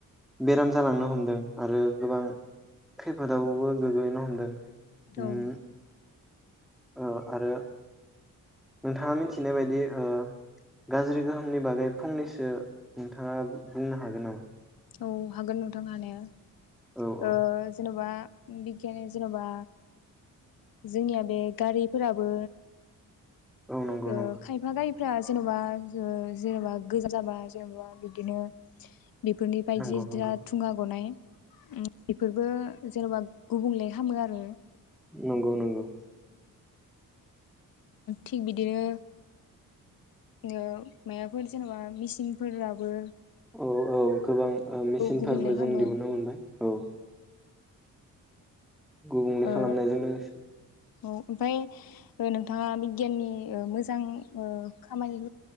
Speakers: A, in the centre; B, on the left (about 80°).
A: बेराम जालांनो हमदों आरो गोबां खैफोदावबो गग्लैनो हमदों।
B: औ
A: ओम
B: औ
A: ओ आरो नोंथाङा मिथिनाय बायदि ओ ओ गाज्रि गोहोमनि बागै फंनैसो नोंथाङा बुंनो हा हागोन नामा
B: औ हागोन नोंथां हानाया
A: औ औ
B: ओ जेन'बा बिगियान जेन'बा जोंनिया बे गारिफोराबो
A: औ नंगौ
B: ओ
A: नंगौ
B: खायफा गाय फोर जेन'बा जेनेबा गोजान जाबा जेन'बा बिदिनो बेफोर बायदि
A: नंगौ नंगौ
B: दा थुङा गनाय ओम बेफोरबो जेन'बा गुबुंले हामो आरो
A: नंगौ नंगौ
B: थिक बिदिनो ओ मायाफोर जेनेबा मेसिनफोराबो
A: औ औ गोबां ओ मेचिनफोरबो
B: गुबुंले खालामो
A: जों दिहुनो मोनबाय औ गुबुंले
B: ओ
A: खालामनायजों लोगोसे
B: औ ओमफ्राय नोंथाङा बिगियाननि ओ मोजां ओ खामानि